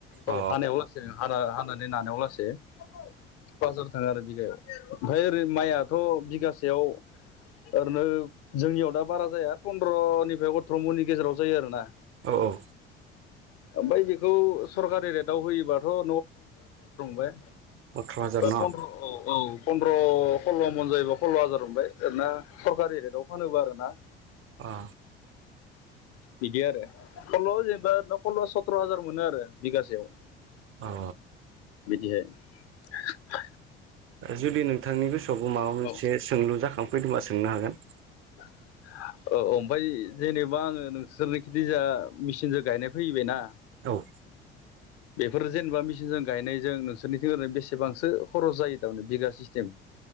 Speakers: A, on the left; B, on the right.
A: औ
B: अ
A: हानायाव लासे हाना-हानानै नानायाव लासे। पास हाजार थाङो आरो बिगायाव। ओमफ्राय ओरै माइआथ' बिगासेयाव ओरैनो जोंनियाव दा बारा जाया पन्द्रनिफ्राय अथर' मननि गेजेराव जायो आरोना।
B: औ औ।
A: ओमफाय बेखौ सरकारि रेटआव होयोबाथ' <unintelligible> बे
B: अथ्र' हाजार न'
A: फन्द्र औ औ पन्द्र' सल्ल' मन जायोबा सल्ल' हाजार मोनबाय आरोना सरकारि रेटआव फानोब्ला आरोना
B: अ
A: बिदि आरो सल्ल' जेनेबा सल्ल सथर' हाजार मोनो आरो बिगासेयाव
B: अ
A: जे <unintelligible>
B: जुदि नोंथांनि गोसोआवबो माबा मोनसे
A: औ
B: सोंलु जाखांफैदोंबा सोंनो हागोन?
A: <inaudible> ओऔ ओमफाय जेनेबा आङो नोंसोरनिखै जाय मेचिनजों गायनाय फैबायना?
B: औ ओ
A: बेफोर जेनेबा मिचिनजों गायनायजों नोंसोरनिथिं ओरैनो बेसेबांसो खरस जायो थारमाने बिगा सिस्टेम?